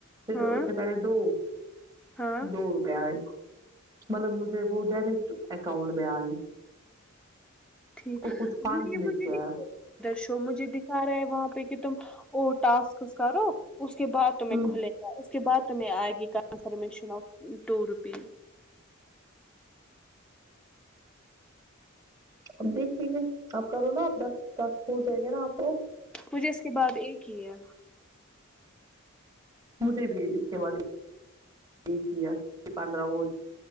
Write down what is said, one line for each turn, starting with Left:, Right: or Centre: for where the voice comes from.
Right: پھر
Centre: ہاں
Right: اس سے پہلے دو
Centre: ہاں
Right: دو روپیہ ایے مطلب مجھے وہ ڈائریکٹ اکاؤنٹ میں ائے
Centre: ٹھیک
Right: کو کچھ
Centre: مجھے
Right: فنڈ لکھ کے
Centre: نہیں
Right: آیا
Centre: <unintelligible> درشو مجھے دکھا رہا ہے وہاں پہ کہ تم اور ٹاسکس کرو اس کے بعد تمہیں
Right: ہوں
Centre: کھلے اس کے بعد تمہیں ائے گی کنفرمیشن وف ٹو روپی
Right: اب دیکھیے گے اپ کرو نا اپ دس دس ہو جائے گے نا اپ کو
Centre: مجھے اس کے بعد ایک ہی ہے
Right: مجھے بھی اس کے بعد ایک ہی ہے پندرہ ہو